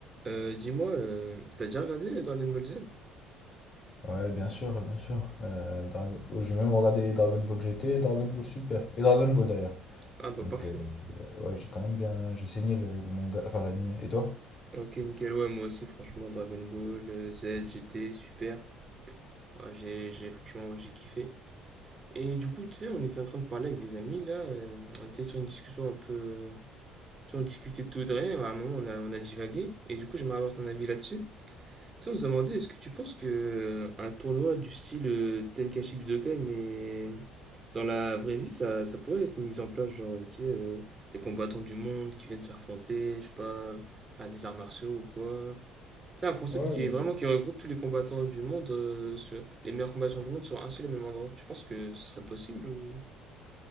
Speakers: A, on the right; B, on the left.
A: Euh, dis-moi, euh, t'as déjà regardé Dragon Ball Z?
B: Ouais, bien sûr, bien sûr. Euh, Dragon- J'ai même regardé Dragon Ball GT, Dragon Ball Super et Dragon Ball d'ailleurs.
A: Ah bah
B: Donc,
A: parfait.
B: euh, ouais, j'ai quand même bien. J'ai saigné le, le manga, enfin l'anime. Et toi?
A: Ok, nickel, ouais, moi aussi, franchement, Dragon Ball euh, Z, GT, super. Ouais, j'ai, j'ai- franchement, ouais, j'ai kiffé. Et du coup, tu sais, on était en train de parler avec des amis, là, euh, on était sur une discussion un peu... euh, Tu sais, on discutait de tout et de rien, à un moment, on a, on a divagué, et du coup, j'aimerais avoir ton avis là-dessus. Tiens, on se demandait, est-ce que tu penses que euh, un tournoi du style euh, Tenkaichi Budokai, mais dans la vraie vie, ça, ça pourrait être mis en place, genre, euh, tu sais, euh, des combattants du monde qui viennent s'affronter, je sais pas, faire des arts martiaux ou quoi. C'est un concept
B: Ouais,
A: qui
B: ouais.
A: est vraiment qui regroupe tous les combattants du monde, euh, sur- les meilleurs combattants du monde sur un seul et même endroit. Tu penses que ce serait possible ou,